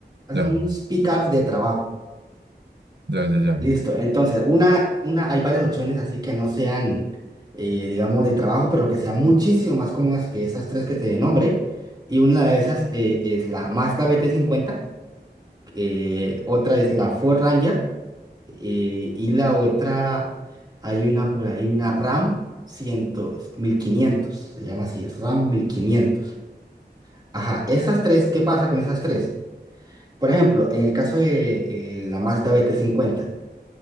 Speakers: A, on the right; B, on the right.
A: Son
B: ya,
A: pickups de trabajo.
B: ya, ya, ya.
A: Listo, entonces, una, una, hay varias opciones así que no sean, eh, digamos, de trabajo, pero que sean muchísimo más cómodas que esas tres que te nombré. Y una de esas eh, es la Mazda bt cincuenta eh, otra es la Ford Ranger, eh, y la otra, hay una por ahí, una RAM cien, mil quinientos se llama así, RAM mil quinientos Ajá, esas tres, ¿qué pasa con esas tres? Por ejemplo, en el caso de eh, la Mazda bt cincuenta